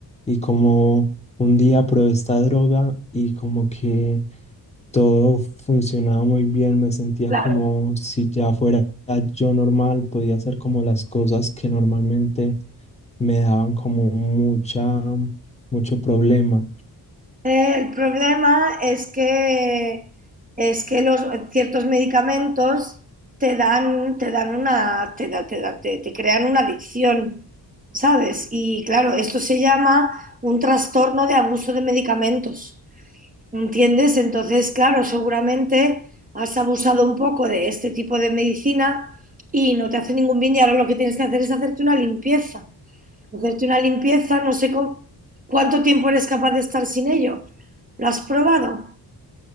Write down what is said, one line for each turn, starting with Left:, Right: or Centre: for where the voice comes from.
Left: y como un día probé esta droga y como que todo funcionaba muy bien, me sentía
Right: Claro.
Left: como si ya fuera yo normal, podía hacer como las cosas que normalmente me daban como mucha mucho problema.
Right: Eh, El problema es que, es que los, ciertos medicamentos te dan, te dan una, te, da- te da- te- te crean una adicción, ¿sabes? Y claro, esto se llama un trastorno de abuso de medicamentos, ¿entiendes? Entonces, claro, seguramente has abusado un poco de este tipo de medicina y no te hace ningún bien y ahora lo que tienes que hacer es hacerte una limpieza. Hacerte una limpieza, no sé cómo- cuánto tiempo eres capaz de estar sin ello. ¿Lo has probado?